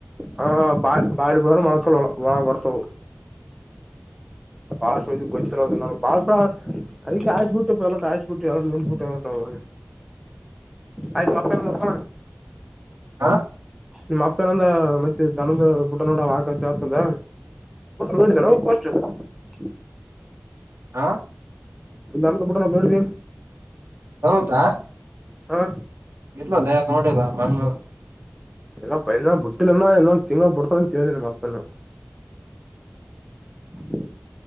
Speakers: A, in the centre; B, on the right.
A: ಹಾ- ಬಾ- ಬಾ- ಬ್ರ- ಮಳಕ ಒಳಗ ಬರ್ತವು. ಬಾಷ್ಟ ಗೊಚ್ಚರ ನಾ ಬಾಳಾ. ಅದ ಕಾಯಿಸ್ಬ ಬಿಟ್ಟ ಎಲ್ಲ ಆಯಿಸ್ಬ ಬಿಟ್ಟು ಎಲ್ಲ ನಿಮಬಿಟ್ಟು ಎಲ್ಲೋ, ಆಯ್ತು ಅಪ್ಪ <unintelligible> ನಪ್ಪ
B: ಹಾ
A: ನಿಮ್ಮ್ ಅಪ್ಪನಂದ ಮತ್ತೆ ದನದ ಬುಟ್ಟ ನೋಡ. ಂತ ಆತಂದ ನೋಡಿದಾರ ಹೋಗಪ್ಪ ಅಷ್ಟ <unintelligible>
B: ಆಾ
A: ಒ- ಬಿುಡ ನ- ನೋಡಿ.
B: ಹೌದಾ
A: ಹಾ
B: ಇಲ್ಲಲ್ಲೇ ನೋಡನಾ ಬರ್ಲ.
A: ಎಲ್ಲ ಪ ಬಿಟ್ಟಿಲ್ಲ ಇಲ್ಲೊ ತೀಂಗಾ ಪಡ್ತ ಮಾತ. <unintelligible>